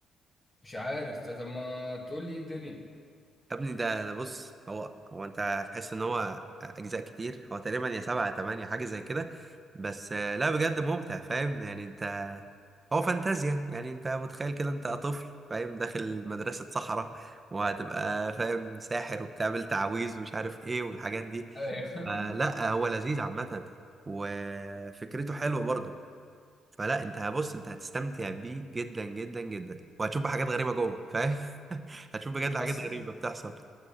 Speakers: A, on the left; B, on the right.
A: مش عارف طب ما تقول لي ايه الدنيا
B: يا ابني ده ده بص هو هو انت هتحس ان هو اجزاء كتير هو تقريبا يا سبعة يا تمانية حاجة زي كده بس آه لا بجد ممتع فاهم يعني انت هو فانتازيا يعني انت متخيل كده انت طفل فاهم داخل مدرسة صحراء وهتبقى فاهم ساحر وبتعمل تعاويذ ومش عارف ايه والحاجات دي
A: ايوه
B: فلا
A: <laughs>
B: هو لذيذ عامة وفكرته حلوة برضه فلا انت هبص انت هتستمتع بيه جدا جدا جدا وهتشوف بقى حاجات غريبة جوه فاهم <laughs> هتشوف بجد حاجات
A: اصل
B: غريبة بتحصل